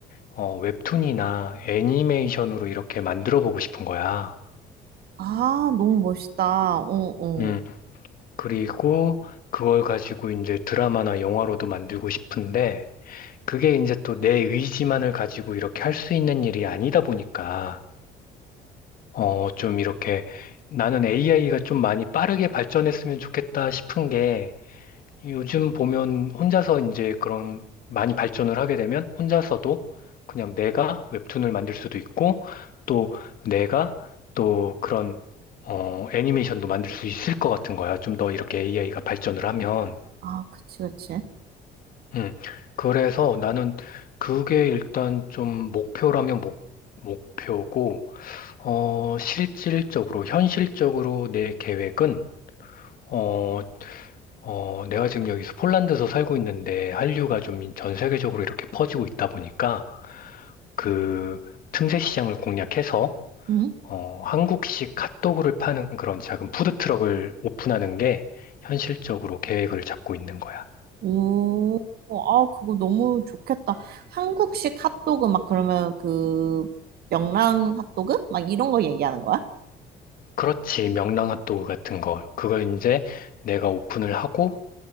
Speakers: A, on the left; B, on the right.
A: 어, 웹툰이나 애니메이션으로 이렇게 만들어 보고 싶은 거야.
B: 아, 너무 멋있다. 어, 어.
A: 음, 그리고 그걸 가지고 이제 드라마나 영화로도 만들고 싶은데, 그게 이제 또 내 의지만을 가지고 이렇게 할 수 있는 일이 아니다 보니까, 어, 좀 이렇게 나는 AI가 좀 많이 빠르게 발전했으면 좋겠다 싶은 게 요즘 보면 혼자서 이제 그런 많이 발전을 하게 되면 혼자서도 그냥 내가 웹툰을 만들 수도 있고 또 내가 또 그런 어, 애니메이션도 만들 수 있을 것 같은 거야. 좀 더 이렇게 AI가 발전을 하면.
B: 아, 그치, 그치.
A: 음. 그래서 나는 그게 일단 좀 목표라면 목, 목표고, 어, 실질적으로, 현실적으로 내 계획은, 어, 어, 내가 지금 여기서 폴란드에서 살고 있는데 한류가 좀 전 세계적으로 이렇게 퍼지고 있다 보니까 그 틈새 시장을 공략해서,
B: 응?
A: 어, 한국식 핫도그를 파는 그런 작은 푸드트럭을 오픈하는 게 현실적으로 계획을 잡고 있는 거야.
B: 오, 아, 그거 너무 좋겠다. 한국식 핫도그 막 그러면 그 명랑 핫도그? 막 이런 거 얘기하는 거야?
A: 그렇지. 명랑핫도그 같은 거. 그걸 이제 내가 오픈을 하고